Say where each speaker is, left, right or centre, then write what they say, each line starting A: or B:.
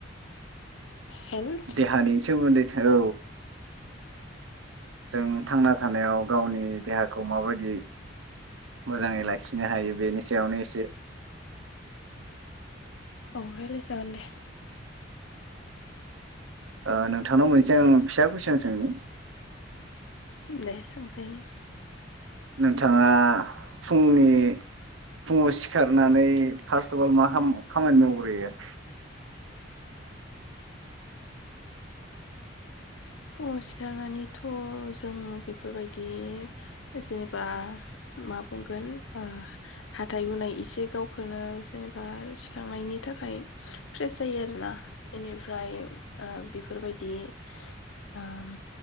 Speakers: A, on the left (about 80°); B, on the right (about 85°).
A: हेल्थ
B: देहानि सोमोन्दै औ जों थांना थानायाव गावनि देहाखौ माबायदि मोजाङै लाखिनो हायो बेनि सायावनो एसे
A: औ रायलाय जागोन दे।
B: ओ नोंथांनाव मोन जों फिसा खुइसन सोंनि।
A: दे सोंजायो।
B: नोंथा थाङा फुंनि फुङाव सिखारनानै फार्स्ट अ बल मा खामानि मावग्रोयो?
A: फुङाव सिखारनानैथ' जों बेफोर बायदि जेनेबा मा बुंगोन ओ हाथाइ हुनाय एसे गावखौनो जेनेबा सिखारांनायनि थाखाय फ्रेस जायो आरोना इनिफ्राय बेफोर बायदि ओम